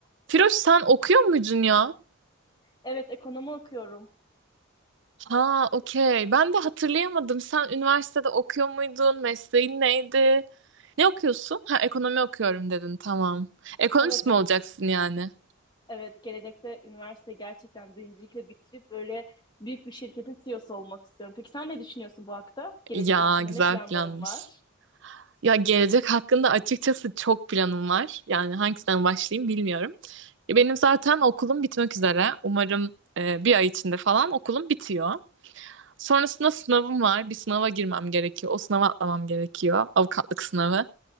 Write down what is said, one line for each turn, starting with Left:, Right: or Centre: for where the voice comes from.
Right: Firoş sen okuyor muydun ya?
Left: Evet, ekonomi okuyorum.
Right: Ha, okey. Ben de hatırlayamadım. Sen üniversitede okuyor muydun? Mesleğin neydi? Ne okuyorsun? Ha, ekonomi okuyorum dedin. Tamam. Ekonomist
Left: Evet,
Right: mi
Left: ek-
Right: olacaksın yani?
Left: evet gelecekte üniversite gerçekten birincilikle bitirip böyle büyük bir şirketin CEO'su olmak istiyorum. Peki sen ne düşünüyorsun bu hakta? Gelecek
Right: Ya,
Left: hakkında
Right: güzel
Left: ne planların
Right: planmış.
Left: var?
Right: Ya gelecek hakkında açıkçası çok planım var. Yani hangisinden başlayayım bilmiyorum. Ya, Benim zaten okulum bitmek üzere. Umarım e, bir ay içinde falan okulum bitiyor. Sonrasında sınavım var. Bir sınava girmem gerekiyor. O sınava atlamam gerekiyor. Avukatlık sınavı.